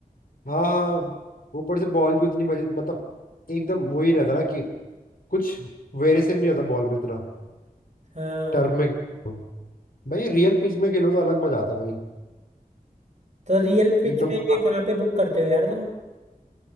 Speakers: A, on the left; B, on the right.
A: हाँ हाँ ऊपर से बॉल भी उतनी मजे मतलब एकदम वो ही रहता ना कि कुछ वेरिएशन नहीं रहता बॉल में इतना
B: हाँ
A: टर्फ में खेलो। भाई रियल पिच में खेलो तो अलग मजा आता है भाई
B: तो रियल पिच
A: एकदम
B: में
A: खुला।
B: ये कहाँ पे बुक करते हो यार तुम